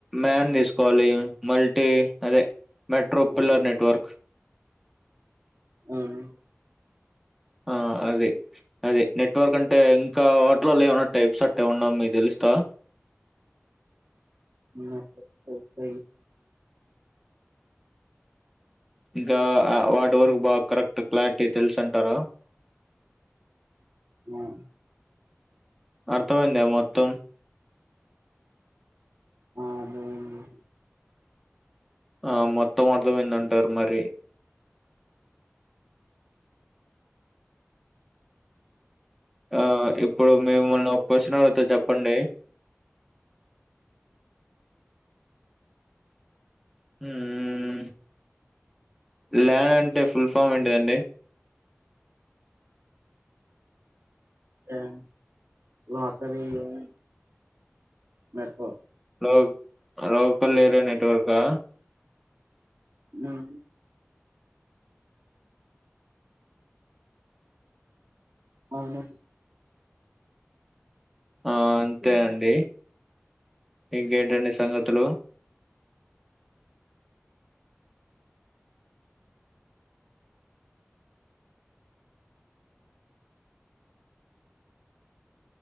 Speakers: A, in the centre; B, on the right.
A: మ్యాన్ తీసుకోవాలి మల్టీ అదె మెట్రో
B: ఉమ్,
A: పిల్లర్ నెట్వర్క్
B: అవును
A: ఆ అదే అదే నెట్వర్క్ అంటే ఇంకా వాటిలలో ఏమన్నా టైప్స్ అట్టే ఉన్నా మీ తెలుస్తా
B: నెట్వర్క్ టైప్స్
A: ఇంకా అ వాటి వరకు బాగ కరెక్ట్ క్లారిటీ తెలుసు అంటారా
B: మ్
A: అర్ధమైందా మొత్తం
B: ఆ అర్ధం అయింది
A: ఆ మొత్తం అర్ధమైందంటారు మరి ఆ
B: ఉమ్,
A: ఇప్పుడు మిమ్మల్ని ఒక క్వశ్చన్ అడగుత చెప్పండి ఉమ్ ల్యాన్ అంటే ఫుల్ ఫామ్ ఏంటిదండి
B: లెన్ లాటరి ఆ నెట్వర్క్
A: లో లోకల్ ఏరియా నెట్వర్కా
B: ఉమ్ అవును
A: ఆ అంతే
B: ఉమ్.
A: అండి ఇంకేంటండి సంగతులు